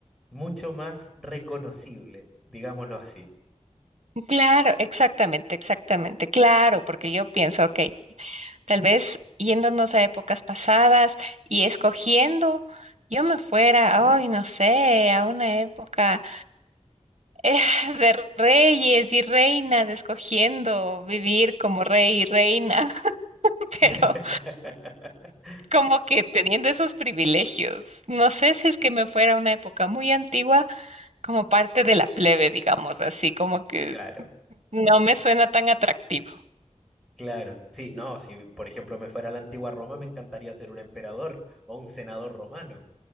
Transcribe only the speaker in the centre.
mucho más reconocible, digámoslo así.
<laughs>
Claro,
claro. Sí, no, si por ejemplo me fuera a la antigua Roma, me encantaría ser un emperador o un senador romano,